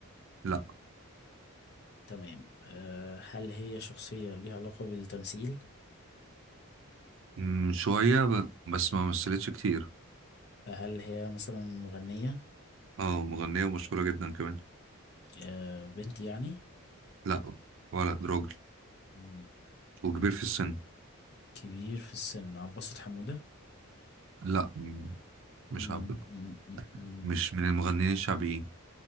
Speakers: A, on the right (about 60°); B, on the left (about 45°).
A: لا
B: تمام آه هل هي شخصية ليها علاقة بالتمثيل؟
A: مم، شوية ب... بس ما مثلتش كتير
B: هل هي مثلا مغنية؟
A: اه مغنية ومشهورة جدا كمان
B: آه بنت يعني
A: لا ولد راجل
B: مم،
A: وكبير في السن
B: كبير في السن عباس حمودة
A: لا مم، مش
B: مم،
A: عبد الباسط
B: مم، مم، مم.
A: مش من المغنيين الشعبيين